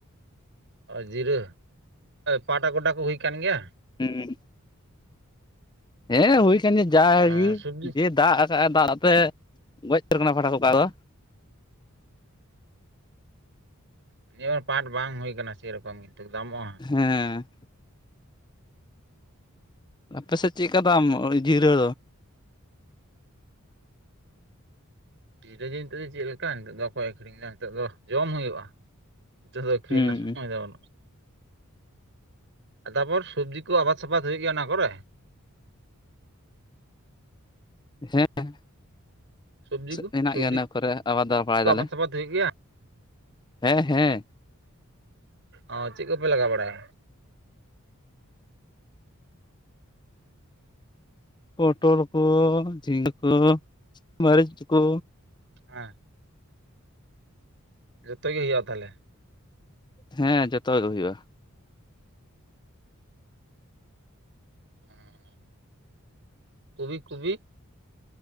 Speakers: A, on the right; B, on the left.
A: ᱚ ᱡᱤᱨᱟᱹ ᱯᱟᱴᱟ ᱜᱳᱰᱟ ᱠᱚ ᱦᱩᱭ ᱟᱠᱟᱱ ᱜᱮᱭᱟ᱾
B: ᱦᱩᱸ ᱦᱮᱸ ᱦᱩᱭ ᱠᱟᱱ ᱜᱮ ᱡᱟᱜᱮ
A: ᱟᱨ ᱥᱚᱵᱽᱡᱤ
B: ᱡᱮ ᱫᱟᱜ ᱫᱟᱜ ᱫᱟᱜᱛᱮ ᱜᱚᱡ ᱩᱛᱟᱹᱨ ᱠᱟᱱᱟ ᱯᱷᱟᱴᱟ ᱠᱚ ᱚᱠᱟ ᱫᱚ᱾
A: ᱚ ᱱᱤᱭᱟᱹ ᱵᱟᱨ ᱯᱟᱴ ᱵᱟᱝ ᱦᱩᱭ ᱟᱠᱟᱱᱟ ᱥᱮᱨᱚᱠᱚᱢ ᱠᱤᱱᱛᱩ ᱫᱟᱢᱚᱜ-ᱟ᱾
B: ᱦᱮᱸ᱾ ᱟᱯᱮ ᱥᱮᱫ ᱪᱮᱫ ᱠᱟᱫᱟᱢ ᱡᱤᱨᱟᱹ?
A: ᱡᱤᱨᱟᱹ <unintelligible> ᱡᱤᱱᱤᱛ ᱫᱚ ᱪᱮᱫ ᱞᱮᱠᱟ ᱱᱤᱛᱚᱜ ᱫᱚ ᱵᱟᱠᱚ ᱟᱹᱠᱷᱨᱤᱧ ᱮᱫᱟ ᱱᱤᱛᱚᱜ ᱫᱚ ᱡᱚᱢ ᱦᱩᱭᱩᱜ-ᱟ ᱱᱤᱛᱚᱜ ᱫᱚ ᱟᱹᱠᱷᱨᱤᱧ
B: ᱦᱩᱸ
A: ᱨᱮᱱᱟᱜ ᱥᱚᱢᱚᱭ ᱵᱟᱹᱱᱩᱜ-ᱟ ᱛᱟᱯᱚᱨ ᱥᱚᱵᱽᱡᱤ ᱠᱚ ᱟᱵᱟᱫ ᱥᱟᱵᱟᱫ ᱦᱩᱭᱩᱜ ᱜᱮᱭᱟ ᱚᱱᱟ ᱠᱚᱨᱮ
B: ᱦᱮᱸ
A: ᱥᱚᱵᱽᱡᱤ ᱠᱚ
B: ᱢᱮᱱᱟᱜ
A: ᱥᱚᱵᱽᱡᱤ
B: ᱜᱮᱭᱟ ᱤᱱᱟᱹ ᱠᱚᱨᱮ ᱟᱵᱟᱫᱟᱣ
A: ᱠᱚ
B: ᱵᱟᱲᱟᱭ
A: ᱟᱵᱟᱫ
B: ᱫᱟᱞᱮ
A: ᱥᱟᱵᱟᱫ ᱦᱩᱭᱩᱜ ᱜᱮᱭᱟ
B: ᱦᱮᱸ ᱦᱮᱸ
A: ᱚ ᱪᱮᱫ ᱠᱚᱯᱮ ᱞᱟᱜᱟᱣ ᱵᱟᱲᱟᱭᱟ
B: ᱯᱚᱴᱚᱞ ᱠᱚ ᱡᱷᱤᱸᱜᱟᱹ ᱠᱚ ᱢᱟᱹᱨᱤᱪ ᱠᱚ
A: ᱦᱮᱸ ᱡᱚᱛᱚ ᱜᱮ ᱦᱩᱭᱩᱜ-ᱟ ᱛᱟᱦᱚᱞᱮ
B: ᱦᱮᱸ ᱡᱚᱛᱚ ᱜᱮ ᱦᱩᱭᱩᱜ-ᱟ
A: ᱦᱚᱸ ᱠᱚᱵᱤ ᱠᱚᱵᱤ